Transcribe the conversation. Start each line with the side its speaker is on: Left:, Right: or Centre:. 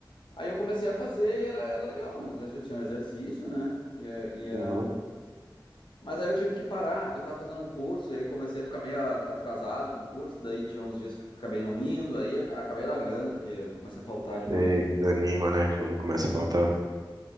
Left: Aí eu comecei a fazer e era, era legal, não deixa, tinha um exercício, né? E, é- e era...
Right: uhum,
Left: Mas aí eu tive que parar, porque eu tava fazendo um curso e aí comecei a ficar meio a- atrasado com o curso, daí tinha uns dias que eu acabei não indo, aí ac- acabei largando, porque eu comecei a faltar demais.
Right: sei. Desanima, né? Quando começa
Left: né?
Right: a faltar.